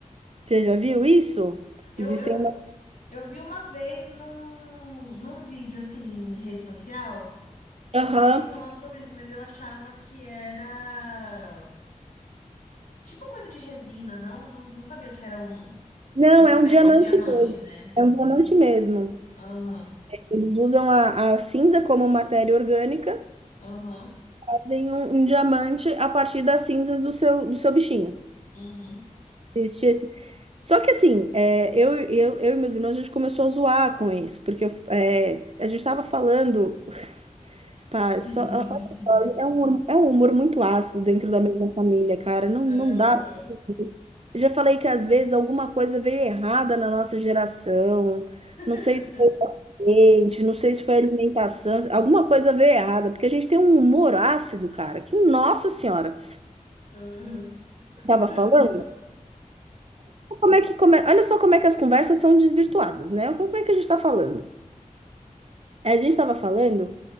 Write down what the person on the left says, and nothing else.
Eu,
eu,
eu vi uma vez num, num vídeo, assim, em rede social,
alguém falando sobre isso, mas eu achava que era tipo coisa de resina, não? Não, não sabia que era um,
uma espécie
de diamante,
né?
Aham.
Aham.
Uhum.
<laughs>
Aham.
<laughs>
Aham. <laughs>